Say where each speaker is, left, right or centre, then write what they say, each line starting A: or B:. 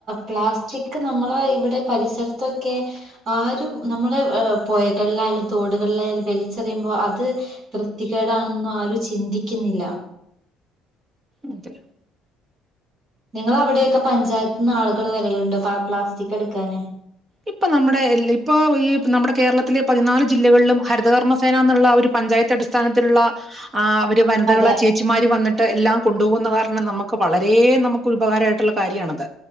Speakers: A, on the right (about 40°); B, on the right (about 20°).
A: പ്ലാസ്റ്റിക് നമ്മളെ ഇവിടെ പരിസരത്തൊക്കെ ആരും നമ്മുടെ പുഴകളിലായാലും തോടുകളിലായാലും വല രിച്ചറിയുമ്പോ അത് വൃത്തി കേടാണും ആരും ചിന്തിക്കുന്നില്ല
B: അതെ
A: നിങ്ങളവിടെയൊക്കെ പഞ്ചായത്ത് നിന്ന് ആളുകൾ വരലുണ്ടൊ പ പ്ലാസ്റ്റിക് എടുക്കാന്
B: ഇപ്പൊ നമ്മുടെ ഇപ്പൊ ഈ നമ്മുടെ കേരളത്തിലെ പതിനാല് ജില്ലകളിലും ഹരിതകർമ്മസേന എന്നുള്ള ഒരു പഞ്ചായത്ത് അടിസ്ഥാനത്തിലുള്ള ആ അവര് വനിതകളെ
A: അതെ
B: ചേച്ചിമാര് വന്നിട്ട് എല്ലാം കൊണ്ടുപോകുന്നവർ മ രണം നമ്മക്ക് വളരെ നമുക്ക് ഉപകാരമായിട്ടുള്ള കാര്യമാണത്